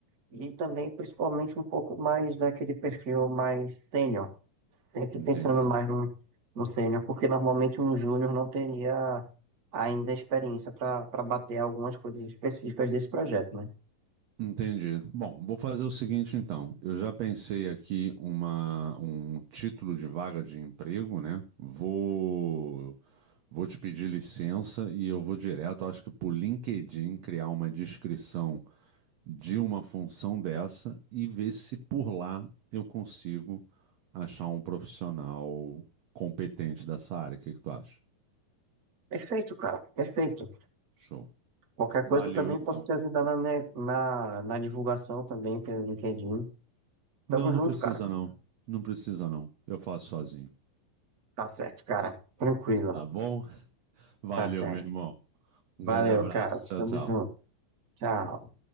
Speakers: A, on the right (about 35°); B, on the right (about 70°).
A: e também, principalmente, um pouco mais daquele perfil mais sênior. Sempre
B: entendi,
A: pensando mais no, no sênior, porque normalmente um júnior não teria ainda experiência para para bater algumas coisas específicas desse projeto, né?
B: entendi. Bom, vou fazer o seguinte então. Eu já pensei aqui uma, um título de vaga de emprego, né? Vou, vou te pedir licença e eu vou direto, acho que por LinkedIn, criar uma descrição de uma função dessa e ver se por lá eu consigo achar um profissional competente dessa área. O que que tu acha?
A: Perfeito, cara, perfeito.
B: Show.
A: Qualquer coisa
B: Valeu,
A: eu também
B: então.
A: posso te ajudar na, ne- na, na divulgação também pelo LinkedIn. Tamo
B: Não,
A: junto,
B: não precisa
A: cara.
B: não. Não precisa não. Eu faço sozinho,
A: Tá certo, cara. Tranquilo.
B: tá bom? Valeu,
A: Tá certo.
B: meu irmão.
A: Valeu,
B: Um grande abraço.
A: cara.
B: Tchau,
A: Tamo
B: tchau.
A: junto. Tchau.